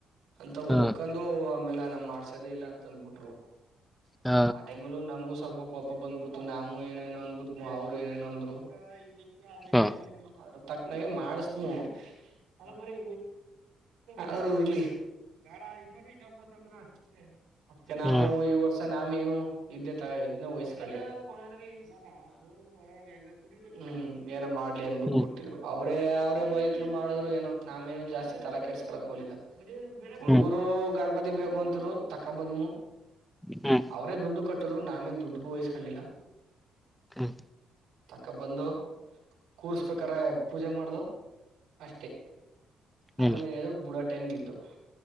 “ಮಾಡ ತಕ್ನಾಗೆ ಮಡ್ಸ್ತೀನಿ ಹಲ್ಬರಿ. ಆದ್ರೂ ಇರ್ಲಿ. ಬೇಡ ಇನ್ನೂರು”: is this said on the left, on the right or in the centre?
Right